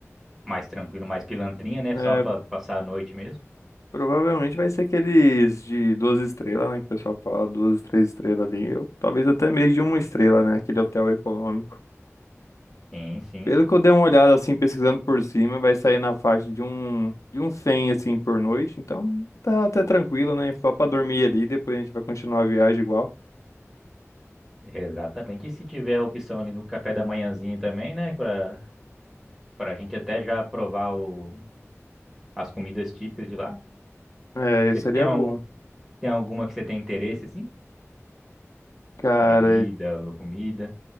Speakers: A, in the centre; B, on the left.
A: mais tranquilo, mais pilantrinha, né?
B: É,
A: Só pra passar a noite mesmo.
B: provavelmente vai ser aqueles de duas estrelas, né? Que o pessoal fala duas, três estrelas ali. Ou, talvez até mesmo de uma estrela, né? Aquele hotel econômico.
A: Sim, sim.
B: Pelo que eu dei uma olhada, assim, pesquisando por cima, vai sair na faixa de um, de um 100 assim, por noite. Então, tá até tranquilo, né? Só pra dormir ali, depois a gente vai continuar a viagem igual.
A: Exatamente. E se tiver a opção ali do café da manhãzinho também, né? Pra Para a gente até já provar o, as comidas típicas de lá.
B: É,
A: Você
B: seria
A: tem, um,
B: boa.
A: tem alguma que você tem interesse, assim?
B: Cara,
A: Bebida ou comida?